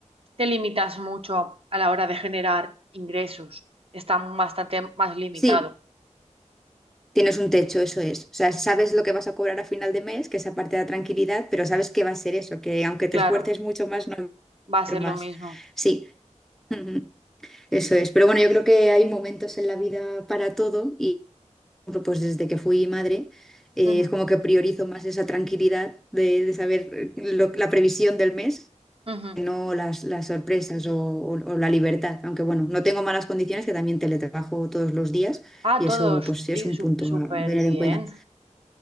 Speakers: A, on the right; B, in the centre.
A: Te limitas mucho a, a la hora de generar ingresos. Está bastante más limitado.
B: Sí, tienes un techo, eso es. O sea, sabes lo que vas a cobrar a final de mes, que esa parte de la tranquilidad, pero sabes que va a ser eso, que aunque
A: Claro,
B: te esfuerces mucho más, no va a
A: va a ser
B: ser más.
A: lo mismo.
B: Sí. <laughs> Ujú. Eso es, pero bueno, yo creo que hay momentos en la vida para todo y ejemplo, pues desde que fui madre, eh,
A: Ujú,
B: es como que priorizo más esa tranquilidad de, de saber eh, lo- la previsión del mes,
A: ujú.
B: que no las, las sorpresas o, o- o la libertad. Aunque bueno, no tengo malas condiciones, que también teletrabajo todos los días
A: Ah,
B: y
A: todos.
B: eso pues es
A: Sí,
B: un
A: su-
B: punto
A: súper
B: a tener
A: bien.
B: en cuenta.